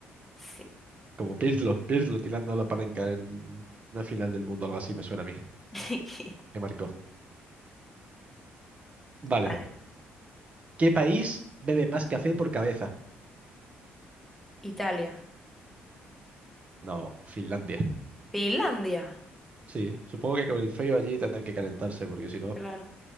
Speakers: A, in the centre; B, on the right.
A: sí.
B: Como Pirlo, Pirlo tirando a lo Panenka en una final del mundo, algo así me suena a mí.
A: <laughs>
B: Que marcó. Vale.
A: Vale.
B: ¿Qué país bebe más café por cabeza?
A: Italia.
B: No, Finlandia.
A: Finlandia.
B: Sí, supongo que con el frío allí tendrán que calentarse, porque si no.
A: Claro.